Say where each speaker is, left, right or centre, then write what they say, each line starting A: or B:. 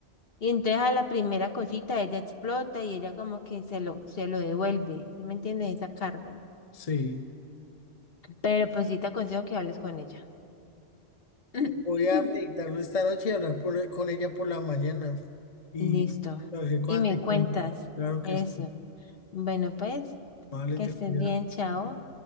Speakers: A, on the left; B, on the left.
A: Y entonces a la primera cosita ella explota y ella como que se lo, se lo devuelve, ¿sí me entiendes? Esa carga.
B: Sí.
A: Pero pues sí te aconsejo que hables con ella. <clears throat>
B: Voy a meditarlo esta noche y hablar por- e, con ella por la mañana. Y
A: Listo.
B: cualquier cosa
A: Y me
B: te
A: cuentas
B: cuento. Claro que
A: eso.
B: sí,
A: Bueno, pues,
B: vale,
A: que
B: te
A: estés
B: cuidas.
A: bien, chao.